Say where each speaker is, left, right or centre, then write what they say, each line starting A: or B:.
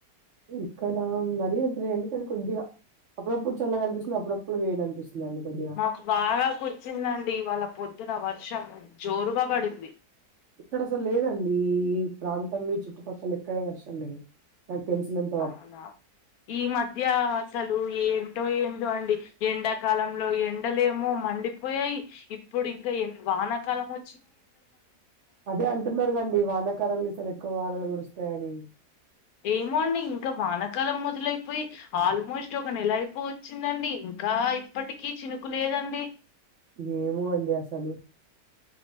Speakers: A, on the right; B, on the left.
A: ఇక్కడ మరీ అంతలేండి కానీ కొద్దిగా అప్పుడప్పుడు చల్ల అనిపిస్తుంది అప్పుడప్పుడు వేడి అనిపిస్తుంది అండి కొద్దిగా
B: మాకు బాగా కుర్చిదండి ఇవాళ పొద్దున వర్షం జోరుగా పడింది
A: ఇక్కడ అసలు లేదండి ఈ ప్రాంతంలో ఈ చుట్టుపక్కల ఎక్కడ వర్షం లేదు నాక్ తెలిసినంత్
B: అవునా ఈ మధ్య అసలు ఏంటో ఏందో అండి ఎండాకాలంలో ఎండలేమో మండి పోయాయి ఇప్పుడు ఇంకా ఎన్ వానకాలంమో
A: అదే అంటున్నాగ అండి వానకాలము ఈసారి ఎక్కువ వానలు కురుస్తాయని
B: ఏమో అండి ఇంకా వానకాలం మొదలైపోయి ఆల్మోస్ట్ ఒక నెల అయిపోవచ్చిందండి ఇంకా ఇప్పటికీ చినుకు లేదండి
A: ఏమో అండి అసలు